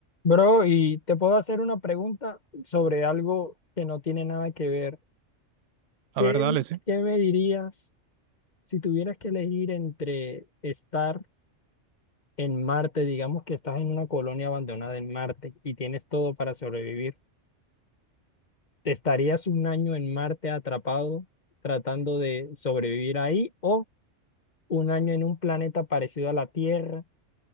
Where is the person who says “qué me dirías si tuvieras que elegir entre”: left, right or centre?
Left